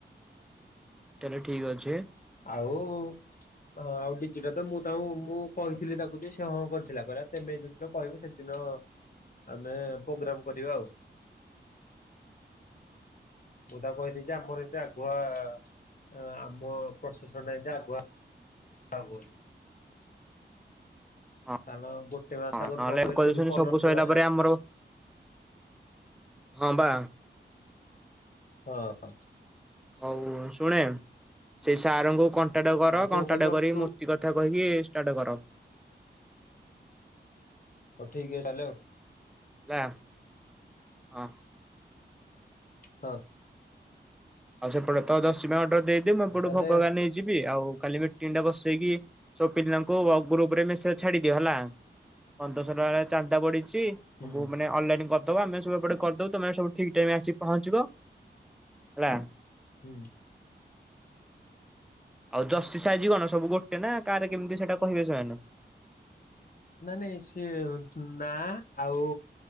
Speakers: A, in the centre; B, on the left (about 45°).
A: ତାହେଲେ ଠିକ ଅଛି।
B: ଆଉ ହଁ ଆଉ ଡିଜିଟା ତ ମୁଁ ତାଙ୍କୁ ମୁଁ କହିଥିଲି ତାକୁ ଯେ ସେ ହଁ କରିଥିଲା କେହିଲା ପେମେଟ୍ ଜୋଉ ଦିନ କହିବୁ ସେଦିନ ଆମେ ପ୍ରୋଗ୍ରାମ କରିବା ଆଉ। ମୁଁ ତାକୁ କହିଦେଚି ଯେ ଆମର ଏତେ ଆଗୁଆ ଅ ଆମ ପ୍ରସେସନ୍ ଟା ଯେମିତି ତ ଆଗୁଆ ହବୁ
A: ହଁ
B: କାରଣ ଗୋଟେ ମାସ
A: ହଁ
B: ଆଗରୁ
A: ନହେଲେ
B: ନ କହିଲେ
A: କହିୁଛନ୍ତି
B: ସେଇଠୁ କଲ
A: ସବୁ
B: ରଖିଦବା
A: ସରିଲା
B: ନା
A: ପରେ ଆମର ହଁ ବା।
B: ହଁ ହଁ।
A: ହଉ ଶୁଣେ ସେଇ ସାରଙ୍କୁ କଣ୍ଟା ଟାଟେ କର
B: ଆଉ ତୋ
A: କଣ୍ଟାଟେ
B: କୋଉ ଦର
A: କରିକି
B: ତୁ
A: ମୂର୍ତ୍ତି କଥା କହିକି ଷ୍ଟାର୍ଟ କର।
B: ହଉ ଠିକ ଅଛି ତାହାଲେ ଆଉ।
A: ଲା ହଁ।
B: ହଁ।
A: ଆଉ ସେପଟେ ତ ଜର୍ସି ପାଇଁ ଅଡର ଦେଇଦେ ମୁ
B: ହଁ
A: ଏପଟୁ
B: ତାହେଲେ
A: ଭୋଗ ହେକା ନେଇଯି ଯିବି ଆଉ କାଲି ମିଟିଂ ଟା ବସେଇକି ସବୁ ପିଲାଙ୍କୁ ଗ୍ରୁପରେ ମେସେଜ୍ ଛାଡିଦିଅ ହେଲା। ପନ୍ଦରଶ ଟଙ୍କାରେ ଚାରଟା ପଡିଚି।
B: ହୁଁ
A: ମୁଁ ମାନେ ଅନଲାଇନ୍ କରିଦବ ଆମେ ସବୁପଟେ କରିଦବୁ ତମେ ସବୁ ଠିକ୍ ଟାଇମ୍ ଆସିିକି ପହଞ୍ଚିବ। ହେଲା।
B: ହୁଁ।
A: ଆଉ ଯଷ୍ଟି ସାଇଜ୍ କଣ ସବୁ ଗୋଟେ ନା କାଆରେ କେମିତି ସେଇଟା କହିବେ ସେମାନେ?
B: ନା ନାଇଁ ସିଏ ନାଁ ଆଉ